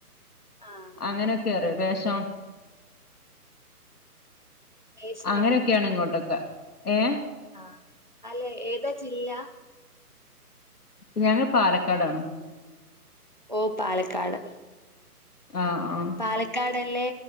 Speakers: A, on the right (about 30°); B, on the left (about 70°).
A: ആഹ് അതെ
B: അങ്ങനെ കേറ്യൊ വേഷം
A: വേഷം
B: അങ്ങനൊക്കെയാണ്
A: കെട്ടലോ
B: ഇങ്ങോട്ടൊക്കെ ഏഹ്
A: ആഹ് അല്ല ഏതാ ജില്ല
B: ഞങ്ങള് പാലക്കാടാണ്
A: ഓ പാലക്കാട്
B: ആ ആ
A: പാല ക്കാടല്ലേ